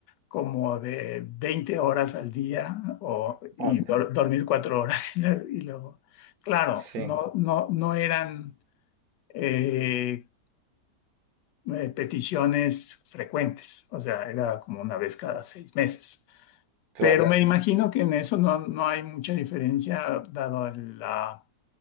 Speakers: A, on the left; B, on the right.
A: como de 20 horas al día o, y
B: hola.
A: dor- dormir cuatro horas <laughs> y, lo- y luego, claro,
B: Sí,
A: no, no, no eran eh, eh, peticiones frecuentes, o sea, era como una vez cada seis meses.
B: claro.
A: Pero me Claro. imagino que en eso no, no hay mucha diferencia, dado la,